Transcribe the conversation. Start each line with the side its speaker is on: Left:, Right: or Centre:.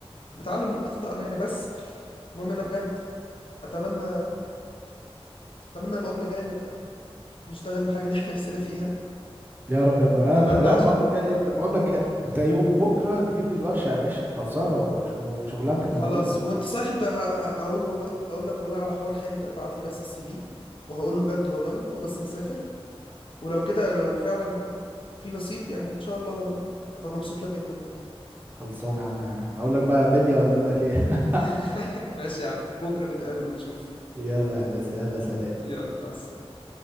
Left: بتعلم من اخطائنا يعني بس المهم انا بجد اتمنى اتمنى المقابلة الجاية نبقى نشتغل الحاجة اللي احنا نفسنا فيها
Right: يا رب يا ابني انا
Left: اتمنى
Right: لا
Left: عشان
Right: المقابله الجايه
Left: آه،
Right: انت المقابله الجايه انت يوم بكره تجي لي الورشه يا باشا خلصانه وش- وشغلانتك
Left: خلاص
Right: موجوده
Left: وانت صح انت ه- ه- هقول والله اقول لك والله على حوار خالي ده بعت لي بس السي في وهقول له بجد والله هو بس مسافر ولو كده لو فعلا في نصيب يعني ان شاء الله والله ابقى مبسوط لك جدا والله
Right: خلصان يا عم اقول لك بقى بلية ولا اقول لك ايه <laughs>
Left: <laughs> ماشي يا عم بكرة نتقابل ونشوف
Right: يلا يا هندسة يلا سلام
Left: يلا مع السلامة